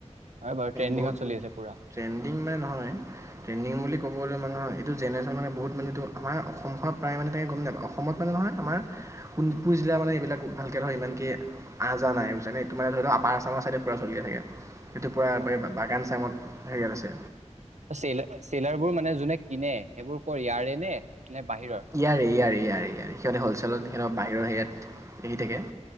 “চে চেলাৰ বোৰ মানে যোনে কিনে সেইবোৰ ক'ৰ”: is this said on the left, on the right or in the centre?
Right